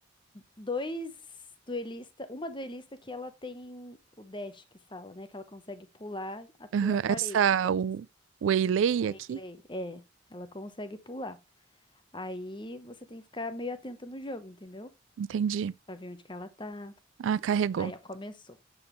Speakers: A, on the left; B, on the right.
A: dois duelista, uma duelista que ela tem o dash que fala, né? Que ela consegue pular a tua
B: aham,
A: parede,
B: essa.
A: digamos
B: O
A: assim.
B: Waylay
A: O Waylay,
B: aqui?
A: é, ela consegue pular. Aí você tem que ficar meio atenta no jogo, entendeu?
B: Entendi.
A: Pra ver onde que ela tá.
B: Ah, carregou.
A: Aí, ó, começou.